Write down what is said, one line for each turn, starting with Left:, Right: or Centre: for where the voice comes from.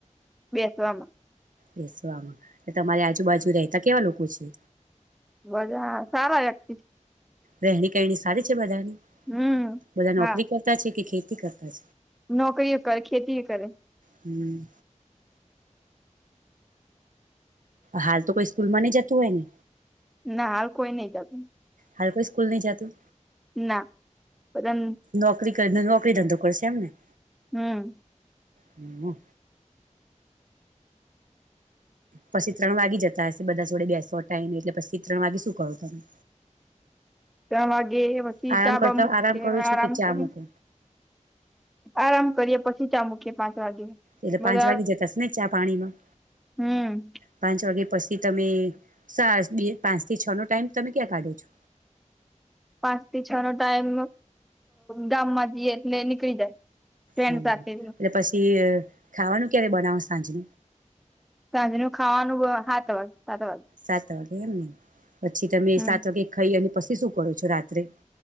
Centre: બેસવામાં
Right: બેસવામાં તમારી આજુબાજુ રહેતા કેવા લોકો છે
Centre: મજા સારા એક
Right: રહેણી કહેણી સારી છે બધાની
Centre: હમ
Right: બધા નોકરી
Centre: હા
Right: કરતા છે કે ખેતી કરતા
Centre: નોકરીઓ કરે ખેતી કરે
Right: હમ્મ હાલ તો કોઈ સ્કૂલ માં ન જતું હોય નને.
Centre: ના હાલ કોઈ નહી જતું.
Right: હાલ કોઈ સ્કલ નહી જતું.
Centre: ના બધા
Right: નોકરી નોકરી ધંધો કરશે એમને
Centre: હમ્મ
Right: હમ્મ પછી ત્રણ વાગે જતા હશે બધા જોડે બેસો ટાઈમે એટલે પછી ત્રણ વાગે શું કરો તમે.
Centre: ત્રણ વાગે પછી
Right: આરામ
Centre: <unintelligible>
Right: કરતા
Centre: મૂકી
Right: આરામ કરો
Centre: આરામ
Right: છો કે ચા
Centre: કરી.
Right: મૂકો
Centre: આરામ કરીએ પછી ચા મૂકીએ પાંચ વાગે
Right: એટલે
Centre: બધા
Right: પાંચ વાગે જતાશે ને ચા પાણીમાં
Centre: હમ
Right: પાંચ વાગે પછી તમે સા બે પાંચ થી છ નો ટાઈમ તમે ક્યાં કાઢો છો.
Centre: પાંચ થી છ નો ટાઈમ ગામમાં જઈએ એટલે નીકળી જાય. ફ્રેન્ડ
Right: હ
Centre: સાથે
Right: એટલે પછી ખાવાનું ક્યારે બનાવશે. હા જ.
Centre: સાંજ નું ખાવાનું હાત વાગે
Right: સાત વાગે એમને. પછી તમે
Centre: હમ
Right: સાત વાગે ખાઈ અને. પછી શું કરો છો રાત્રે